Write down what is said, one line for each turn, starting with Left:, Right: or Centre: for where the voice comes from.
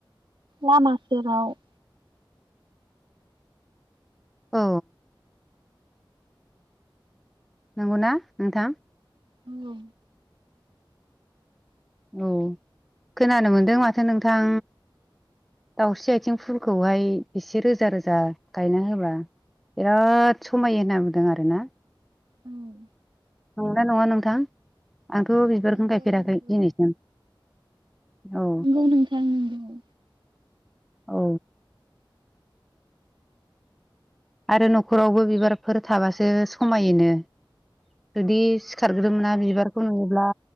Right: लामा सेराव
Centre: अ नंगौना नोंथां?
Right: औ
Centre: औ खोनानो मोनदों माथो नोंथां दाउस्रि आथिं फुलखौहाय एसे रोजा रोजा गायना होबा बिराद समाय होनना बुंदों आरोना।
Right: उम।
Centre: नंगौ ना नोंथां आंथ' बिबारखौ
Right: नंगौ
Centre: गायफेराखै
Right: नंगौ
Centre: दिनैसिम औ
Right: नंगौ नोंथां नंगौ।
Centre: औ। आरो न'खरावबो बिबारफोर थाबासो समायोनो। जुदि सिखारग्रोमोना बिबारखौ नुयोब्ला